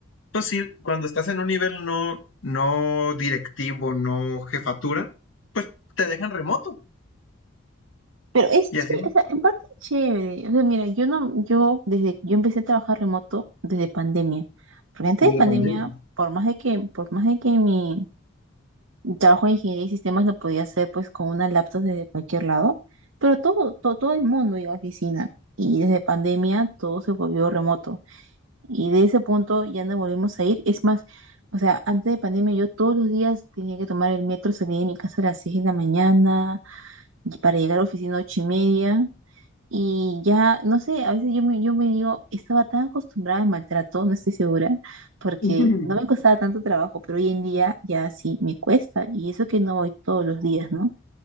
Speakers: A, on the left (about 70°); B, on the right (about 75°).
A: pues sí, cuando estás en un nivel no, no directivo, no jefatura, pues te dejan remoto
B: Pero es
A: y
B: chévere,
A: así ¿no?
B: o sea, en parte es chévere. O sea, mira, yo no, yo desde, yo empecé a trabajar remoto desde pandemia. Porque antes
A: desde
B: de pandemia,
A: pandemia. ¿no?
B: por más de que, por más de que mi trabajo de ingeniería y sistemas lo podía hacer pues con una laptop desde cualquier lado, pero todo, todo, todo el mundo iba a oficina. Y desde pandemia todo se volvió remoto. Y de ese punto ya no volvimos a ir. Es más, o sea, antes de pandemia yo todos los días tenía que tomar el metro, salir de mi casa a las 6 de la mañana y para llegar a la oficina a 8 y media. Y ya, no sé, a veces yo me, yo me digo, estaba tan acostumbrada al maltrato, no estoy segura, porque
A: <laughs>
B: no me costaba tanto trabajo, pero hoy en día ya sí me cuesta, y eso que no voy todos los días, ¿no?